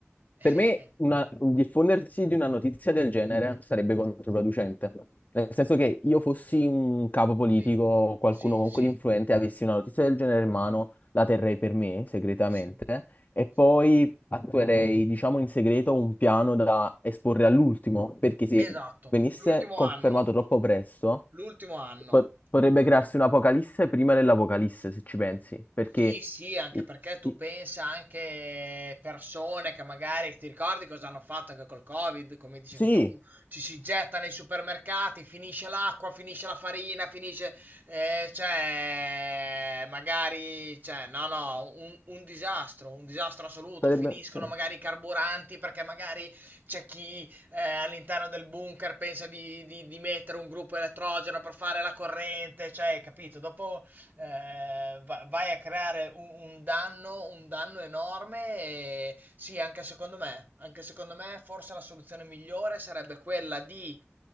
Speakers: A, on the right; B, on the left.
A: Eh,
B: Per me una- un diffondersi di una notizia del genere sarebbe controproducente. Nel senso che io fossi
A: sì,
B: un capo politico,
A: sì,
B: o qualcuno
A: sì,
B: comunque
A: sì,
B: di influente, avessi una notizia del genere in mano, la terrei per me segretamente
A: sì,
B: e
A: sì.
B: poi
A: sì.
B: attuerei, diciamo, in segreto un piano da esporre all'ultimo, perché se
A: Esatto,
B: venisse
A: l'ultimo
B: confermato
A: anno,
B: troppo presto,
A: l'ultimo anno.
B: po- potrebbe crearsi un'apocalisse prima dell'apocalisse, se ci pensi, perché
A: Sì, sì, anche
B: i-
A: perché tu
B: i-
A: pensa anche eh, persone che magari ti ricordi cosa hanno fatto anche col Covid, come dicevi
B: sì,
A: tu, ci si getta nei supermercati, finisce l'acqua, finisce la farina, finisce, eh, cioè, magari, cioè, no, no, un, un disastro, un disastro assoluto.
B: sarebbe
A: Finiscono
B: sì.
A: magari i carburanti perché magari c'è chi eh, all'interno del bunker pensa di, di di mettere un gruppo elettrogeno per fare la corrente, cioè, capito? Dopo eh, va- vai a creare un, un danno, un danno enorme e sì, anche secondo me, anche secondo me forse la soluzione migliore sarebbe quella di,